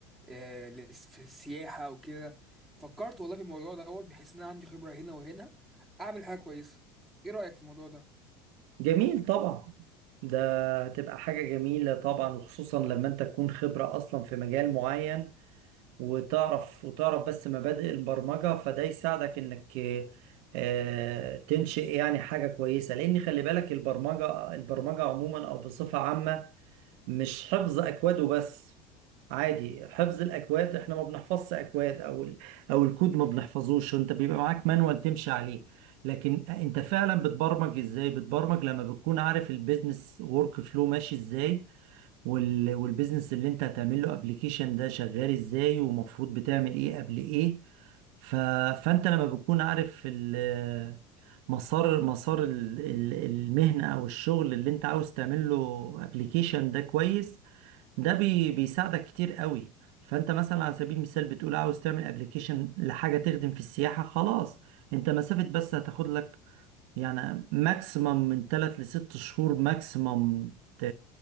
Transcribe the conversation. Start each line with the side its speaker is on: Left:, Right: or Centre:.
Centre: آه، لس- في السياحة او كده فكرت والله في الموضوع دوت بحيث ان انا عندي خبرة هنا وهنا اعمل حاجة كويسة ايه رأيك في الموضوع ده
Right: جميل طبعا ده هتبقى حاجة جميلة طبعا وخصوصا لما انت تكون خبرة اصلا في مجال معين وتعرف وتعرف بس مبادئ البرمجة فده يساعدك انك آه، تنشئ يعني حاجة كويسة لان خلي بالك البرمجة البرمجة عموما او بصفة عامة مش حفظ اكواده بس عادي حفظ الاكواد احنا ما بنحفظش اكواد او ال- او الكود ما بنحفظوش انت بيبقى معاك مانوال تمشي عليه لكن انت فعلا بتبرمج ازاي بتبرمج لما بتكون عارف البيزنس ورك فلو ماشي ازاي وال... والبيزنس اللي انت هتعمل له ابلكيشن ده شغال ازاي ومفروض بتعمل ايه قبل ايه ف... فانت لما بتكون عارف ال... مسار مسار ال... ال- المهنة او الشغل اللي انت عاوز تعمل له ابلكيشن ده كويس ده بي... بيساعدك كتير قوي فانت مثلا على سبيل المثال بتقول عاوز تعمل ابلكيشن لحاجة تخدم في السياحة خلاص انت مسافة بس هتاخد لك يعني ماكسيمم من 3 ل 6 شهور ماكسيمم ت...